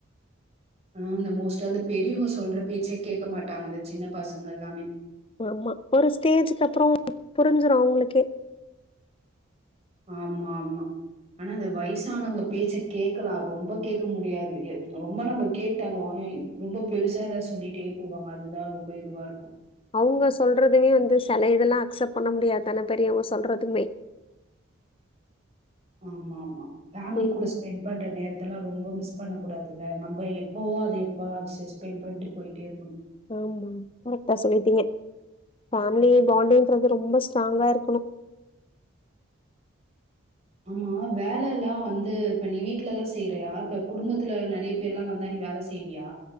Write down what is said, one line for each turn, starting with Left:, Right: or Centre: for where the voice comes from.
Right: ம் இந்த மோஸ்ட்டா அந்த பெரியவங்க சொல்ற பேச்ச கேக்க மாட்டாங்க இந்த சின்ன பசங்கெல்லாமே
Left: ஆமா ஒரு ஸ்டேஜ்க்கு அப்றோ புரிஞ்சிரு அவுங்களுக்கே
Right: ஆமா ஆமா ஆனா அந்த வயசானவங்க பேச்ச கேக்கலா ரொம்ப கேக்க முடியாது எ ரொம்ப நம்ம கேட்டாலு ரொம்ப பெருசா எதாது சொல்லிட்டே போவாங்க அதுதா ரொம்ப இதுவா இருக்கு
Left: அவுங்க சொல்றதுமே வந்து செல இதெல்லா அக்செப் பண்ண முடியாதான பெரியவுங்க சொல்றதுமே
Right: ஆமா ஆமா பேமிலி
Left: ம்
Right: கூட ஸ்பெண் பண்ற நேரத்தலா ரொம்ப மிஸ் பண்ண கூடாதுல்ல நம்ப எப்போ அது எப்போ அது ஸ்பெண் பண்ணிட்டு போய்ட்டே இருக்கணு
Left: ஆமா கரெக்டா சொல்லிட்டீங்க ஃபேமிலி பாண்டுங்குறது ரொம்ப ஸ்ட்ராங்கா இருக்கணு
Right: ஆமா வேலலா வந்து இப்ப நீ வீட்லதா செய்றயா இப்ப குடும்பத்துல நெறைய பேர்ல்லா வந்தா நீ வேல செய்வியா